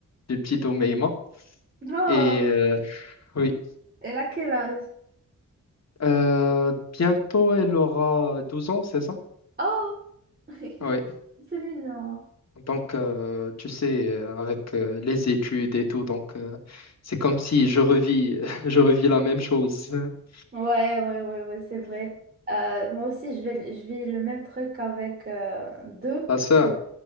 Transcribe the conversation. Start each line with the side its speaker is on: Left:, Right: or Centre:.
Left: d'une petite Omeima.
Right: Oh,
Left: Et euh, oui,
Right: elle a quel âge?
Left: Euh, bientôt elle aura 12 ans, c'est ça?
Right: Oh, <laughs>
Left: Oui.
Right: c'est mignon.
Left: Donc, euh, tu sais, euh, avec euh, les études et tout, donc euh, c'est comme si je revis, <laughs> je revis la même chose. <laughs>
Right: Ouais, ouais, ouais, ouais, c'est vrai. Euh, moi aussi, je vais, je vis le même truc avec euh, deux,
Left: Ta
Right: parce
Left: sœur,
Right: que